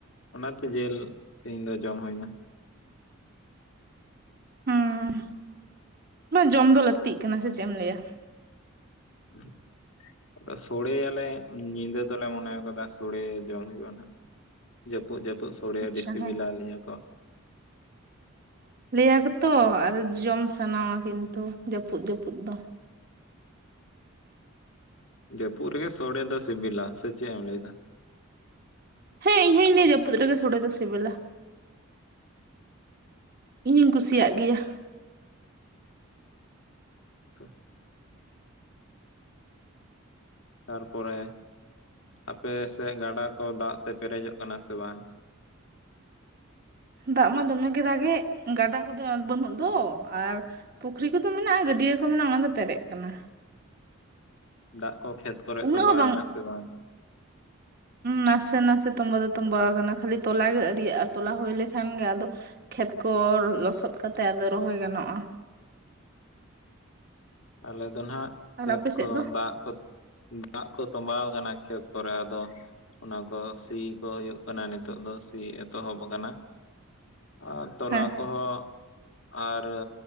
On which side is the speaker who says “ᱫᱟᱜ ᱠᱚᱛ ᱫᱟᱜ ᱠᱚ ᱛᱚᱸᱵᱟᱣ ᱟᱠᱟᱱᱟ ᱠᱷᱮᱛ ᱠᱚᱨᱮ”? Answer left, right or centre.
Left